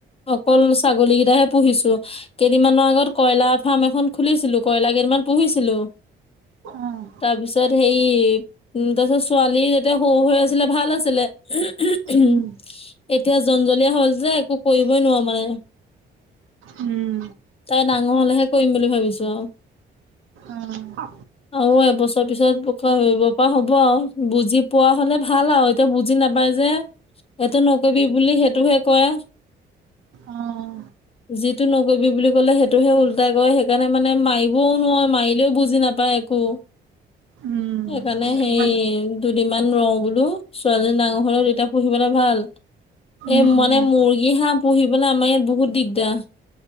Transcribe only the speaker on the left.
অকল ছাগলী কেইটাহে পুঁহিছো। কেইদিনমানৰ আগত কইলা ফাৰ্ম এখন খুলিছিলোঁ। কইলাৰ কেইটামান পুঁহিছিলোঁ।
তাৰপিছত হেৰি উম, তাৰপিছত ছোৱালী যেতিয়া সৰু হৈ আছিলে ভাল আছিলে। ওহো ওহোহ
ওঁ এতিয়া জনজলীয়া হ'ল যে একো কৰিবই নোৱাৰো।। মানে
তাই ডাঙৰ হ'লেহে কৰিম বুলি ভাৱিছো আও।
আৰু এবছৰ পিছত ভোক খা ধৰিব পৰা হ'ব আও। বুজি পোৱা হলে ভাল আও। এতিয়া বুজি নাপায় যে, এইটো নকৰিবি বুলিলে সেইটোহে কৰে।
যিটো নকৰিবি বুলি ক'লে সেইটোহে উলটাই কৰে। সেইকাৰণে মানে মাৰিবও নোৱাও মাৰিলেও বুজি নাপায়। ক
সেইকাৰণে
সেই
দুদিনমান ৰওঁ বোলো ছোৱালী ডাঙৰ হয় লওক তেতিয়া পুঁহিবলে ভাল।
এই মানে
মুৰ্গী, হাঁহ পুঁহিবলে আমাৰ ইয়াত বহুত দিগদাৰ।